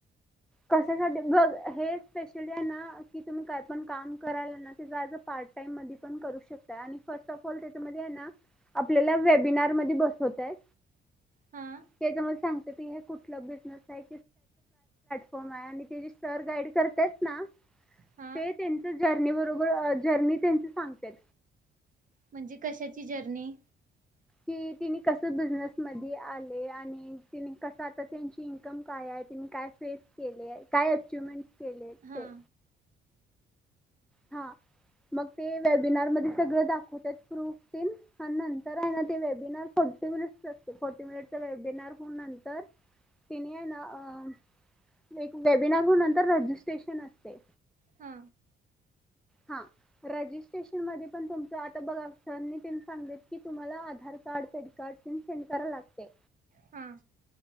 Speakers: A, in the centre; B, on the right.
A: कशासाठी बघ हे स्पेशलीना तुंम्ही कायपण काम कराल ना ते पार्टटाइम मध्येपण करू शकताय आणि फस्टअपऑल त्याच्यामध्ये हे न आपल्याला वेबिनार मध्ये बसवतात
B: हा
A: त्याच्यामुळे सांगत हा कोणता बिझनेस आहे. आणि ते जे सर गाईड करतात ना
B: हा
A: ते त्यांच जर्नी बरोबर जर्नी त्यांच सांगतात.
B: म्हणजे कशाची जर्नी?
A: की ते नी कस बिझनेस मध्ये आले आणि कस तिने त्यांची इनकम काय आहे काय स्पेस केलय काय आचिवमेंट केले
B: हा
A: ते हा मग ते वेबिनार मध्ये सगळं दाखवतात प्रूफतेन आणि नंतर हाय ना वेबिनार फोर्टी मिनिट असते फोर्टी मिनिटचा वेबिनार होउन नंतर तिने ना एक वेबिनार म्हणुन रेजिस्ट्रेशन असतं.
B: हा
A: हा रजिस्ट्रेशन मध्ये पण तुमचा आता बघा सर नितिन सांगितलं आधार कार्ड पॅनकार्ड पण चेंज करायला लागते.
B: हा